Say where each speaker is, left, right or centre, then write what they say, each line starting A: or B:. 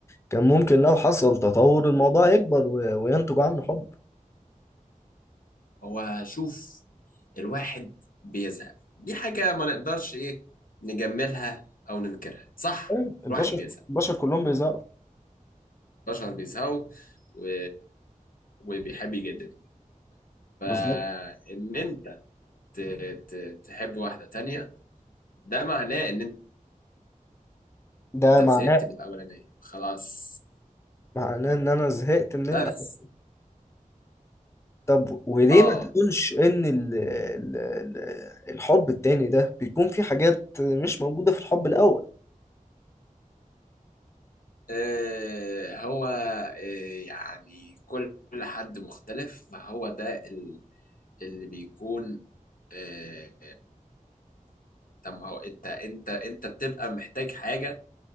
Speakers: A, on the left; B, on the left.
A: كان ممكن لو حصل تطور الموضوع يكبر و- وينتج عنه حب
B: هو شوف الواحد بيزهق دي حاجة ما نقدرش ايه نجملها او ننكرها صح
A: أيوة، البشر
B: الواحد بيزهق
A: البشر كلهم بيزهقوا
B: البشر بيزهقوا و... وبيحب يجدد فان
A: بالظبط
B: انت ت... ت... تحب واحدة تانية ده معناه ان
A: ده
B: انت
A: معناه
B: زهقت من الاولانية خلاص
A: معناه ان انا زهقت من
B: بس
A: الأول طب وليه
B: اه
A: ما تقولش ان ال ال ال الحب التاني ده بيكون في حاجات مش موجوده في الحب الاول
B: آه، هو آه، يعني كل حد مختلف فهو ده ال- اللي بيكون آه، طب ما هو انت انت انت بتبقى محتاج حاجة